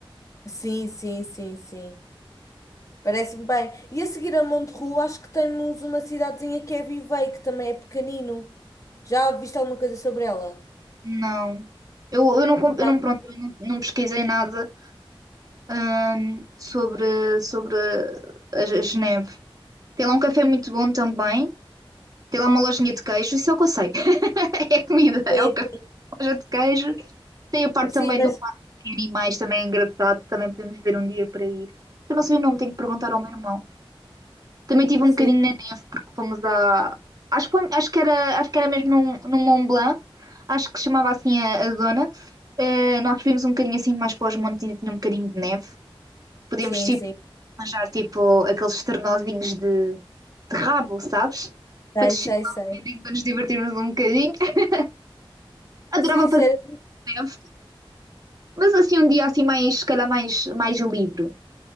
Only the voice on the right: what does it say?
Não. Eu, eu não, comp- eu
não, pronto, eu não, não pesquisei nada, hum, sobre, sobre a, a Geneve. Tem lá um café muito bom também. Tem lá uma lojinha de queijo, isso é o que eu sei. <laughs> É comida, é
o café,
loja de queijo. Tem a parte
também
do parque de animais, também é engraçado. Também podemos ver um dia para ir. Eu não sei o nome, tenho que perguntar ao meu irmão. Também tive
um bocadinho Fomos a. Acho que, foi- acho que era, acho que era mesmo num, num Mont Blanc, acho que se chamava assim a, a zona. Eh, nós vimos um bocadinho assim mais para os montes, ainda tinha um bocadinho de neve. Podemos
tipo,
arranjar tipo aqueles ternozinhos de, de rabo, sabes?
Para descer
lá
um bocadinho, para nos divertirmos um bocadinho. <laughs> Adorava
fazer neve, mas assim um dia assim mais, se calhar mais, mais livre,